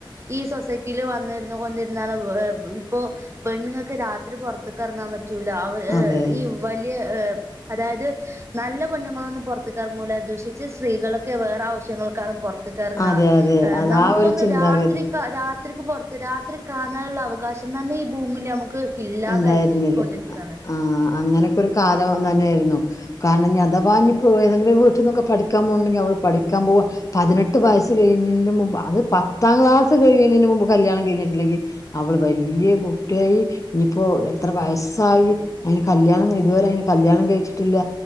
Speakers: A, on the right; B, on the left.
A: ഈ സൊസൈറ്റിയില് വന്നിരുന്നു കൊന്നിരുന്നാണ് ഇപ്പോ പെണ്ണുങ്ങൾക്ക് രാത്രി പൊറത്ത്ക്ക് എറങ്ങാൻ പറ്റൂല അവര്
B: അതെ
A: ഈ വലിയ ഏഹ് അതായത് നല്ല പെണ്ണുങ്ങളൊന്നും പൊറത്ത്ക്കെറങ്ങൂല ദുഷിച്ച് സ്ത്രീകളൊക്കെ വേറെ ആവശ്യങ്ങൾക്കാണ് പൊറത്ത്ക്കെറങ്ങ
B: അതെ അതെ
A: ഏഹ്
B: അത്
A: നമുക്കൊന്ന്
B: ആ ഒരു ചിന്താഗതി
A: രാത്രി ക്ക രാത്രിക്ക് പൊറത്ത് രാത്രി കാണാനുള്ള അവകാശം തന്നെ ഈ ഭൂമി ല് നമുക്ക് ഇല്ലാതായിക്കൊണ്ടിരിക്കുകയാണ്
B: ഉണ്ടായിരുന്നില്ല ആഹ് അങ്ങനൊക്കെ ഒരു കാലം തന്നെയായിരുന്നു കാരണം ഞ്ഞ് അതവാഞ്ഞിപ്പൊ ഏതെങ്കിലും ഒര് വീട്ടിന്നൊക്കെ പഠിക്കാൻ പോവ്ണ്ടെങ്കി അവള് പഠിക്കാൻ പോവാ പതിനെട്ട് വയസ്സ് കഴിഞ്ഞതിന്റെ മുമ്പ് അത് പത്താം ക്ലാസ് കഴിയ്ണീന്റെ മുമ്പ് കല്യാണം കഴിഞ്ഞിട്ടില്ലെങ്കി അവള് വല്ല്യ കുട്ടിയായി ഇഞ്ഞിപ്പോ എത്ര വയസ്സായി അയിന് കല്യാണം ഇതുവരെ അയിന് കല്യാണം കഴിച്ചിട്ടില്ല